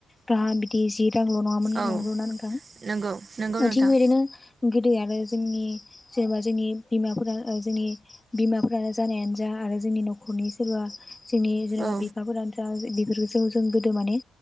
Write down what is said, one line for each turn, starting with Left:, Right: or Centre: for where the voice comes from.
Left: गाहाम बिदि जि रांल' नङामोन
Right: औ
Left: नंगौ ना नोंथां।
Right: नंगौ नंगौ नोंथां
Left: थिख बिदिनो गोदो आरो जोंनि जेनेबा जोंनि बिमाफोरा जोंनि बिमाफोरानो जानायानो जा आरो जोंनि न'खरनि सोरबा जोंनि जेनेबा
Right: औ
Left: बिफाफोरान जा बिसोरखौ जों गोदो माने